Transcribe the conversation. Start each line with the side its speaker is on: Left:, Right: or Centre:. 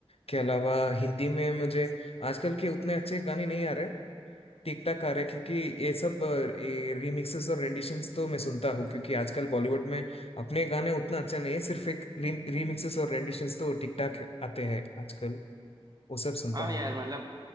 Left: के अलावा हिंदी में मुझे आजकल के उतने अच्छे गाने नहीं आ रहे ठीक ठाक आ रहे हैं, क्योंकि ये सब रीमिक्सेस और रेंडिशंस तो मैं सुनता हूँ क्योंकि आजकल बॉलीवुड में अपने गाने उतना अच्छा नहीं है सिर्फ एक रीमिक्सेस और रेंडिशंस तो ठीक ठाक आते हैं आजकल वो सब सुनता
Right: हाँ
Left: हूँ
Right: यार
Left: मैं
Right: मतलब